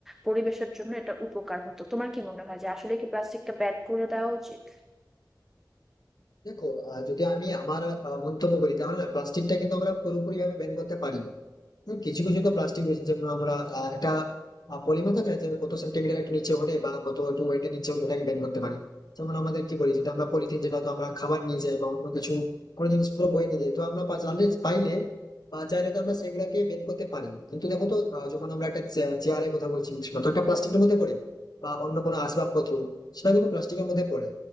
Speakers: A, in the centre; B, on the left (about 60°).
A: পরিবেশের জন্য এটা উপকার হতো তোমার কি মনে হয় যে আসলে কি প্লাস্টিকটা ব্যান করে দেওয়া উচিত
B: দেখো আহ, যদি আমি আমার আহ, মন্তব্য করি তাহলে না প্লাস্টিকটা কিন্তু আমরা পুরোপুরি ভাবে ব্যান করতে পারি না হুম, কিছু কিছু তো প্লাস্টিক রয়েছে যেমন আমরা আহ, একটা পলিমার থাকে না যে কত সেন্টিমিটার একটু নিচে হলে বা কত একটু ওয়েটের নিচে হলে ওটাকে ব্যান করতে পারি যেমন আমাদের কি করি যেটা আমরা পলিথিন যেটা তো আমরা খাবার নিয়ে যাই বা অন্য কিছু কোনো জিনিস পুরো বয়ে নিয়ে যাই তো আমরা পা- জানলে পাইলে বা চাইলে তো আমরা সেগুলাকে ব্যান করতে পারি কিন্তু দেখো তো আহ, যখন আমরা একটা চেয়ারের কথা বলছি সেটা তো একটা প্লাস্টিকের মধ্যে পড়ে বা অন্য কোনো আসবাবপত্র সেটা কিন্তু প্লাস্টিকের মধ্যে পড়ে